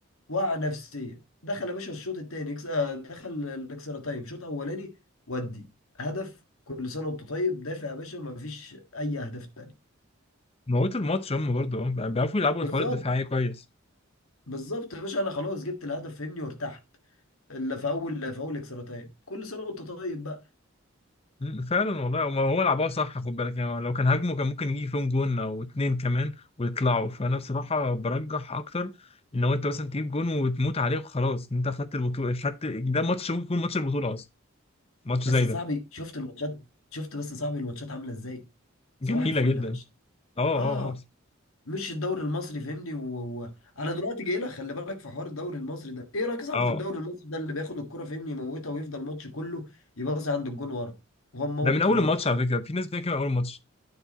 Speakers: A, on the left; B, on the left.
A: وقع نفسيا دخل يا باشا الشوط التاني يكس- آه، دخل الاكسترا تايم شوط اولاني ودي هدف كل سنه وانت طيب دافع يا باشا ما فيش اي اهداف تاني
B: موتوا الماتش هم برضه اه بيعرفوا يلعبوا
A: بالظبط
B: الحوار الدفاعي كويس
A: بالظبط يا باشا انا خلاص جبت الهدف فهمني وارتحت اللي في اول في اول اكسترا تايم كل سنه وانت طيب بقى
B: مم، فعلا والله هو هو لعبها صح خد بالك يعني لو كان هاجموا كان ممكن يجي فيهم جون او اتنين كمان ويطلعوا فانا بصراحه برجح اكتر ان هو انت مثلا تجيب جون وتموت عليه وخلاص انت خدت البطوله خدت ده ماتش ممكن يكون ماتش البطوله اصلا ماتش
A: بس
B: زي
A: يا
B: ده
A: صاحبي شفت الماتشات شفت بس يا صاحبي الماتشات عامله ازاي
B: جميله
A: صباح الفل
B: جدا
A: يا باشا
B: اه اه
A: اه
B: اه
A: مش الدوري المصري فاهمني و... و... انا دلوقتي جاي لك خلي بالك في حوار الدوري المصري ده ايه رايك صعب
B: اه
A: في الدوري المصري ده اللي بياخد الكرة فاهمني يموتها ويفضل الماتش كله يباصي عند الجون ورا وهو مموت
B: ده من اول
A: الماتش
B: الماتش على فكره في ناس بتتكلم من اول الماتش